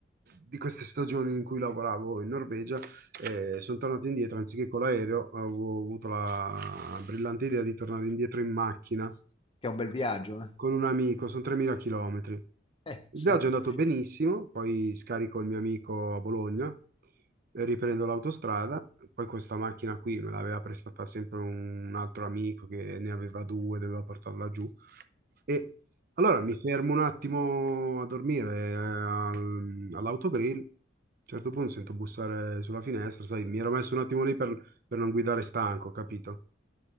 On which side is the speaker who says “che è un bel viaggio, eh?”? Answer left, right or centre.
Left